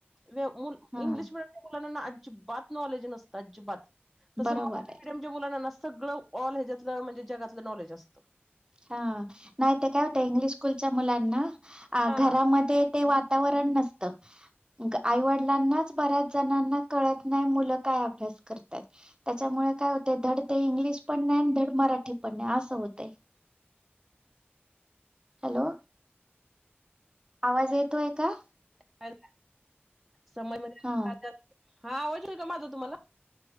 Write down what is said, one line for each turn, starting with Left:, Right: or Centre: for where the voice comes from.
Centre: व्य मुल
Right: हा
Centre: इंग्लिश मिडियमच्या मुलाना ना अजि जिबात नॉलेज नसत अजिबात! तसं
Right: बरोबर
Centre: मराठी
Right: आहे
Centre: मिडीयम च्या मुलांना नस सगळं ऑल ह्याच्यातल म्हणजे जगातलं नॉलेज असत.
Right: हा नाही ते काय होतं, इंग्लिश स्कूलच्या मुलांना आ
Centre: हा
Right: घरामध्ये. ते वातावरण नसत. आईवडिलांनाच बऱ्याच जणांना कळत नाही मुलं काय अभ्यास करतात. त्याच्यामुळे काय होत धड ते इंग्लिश पण नाही आणि धड मराठी पण नाही अस होतय. हॅलो आवाज येतोय का?
Centre: हॅल समई मध्ये
Right: हा
Centre: <unintelligible> हा आवज येईल का माझ तुम्हाला?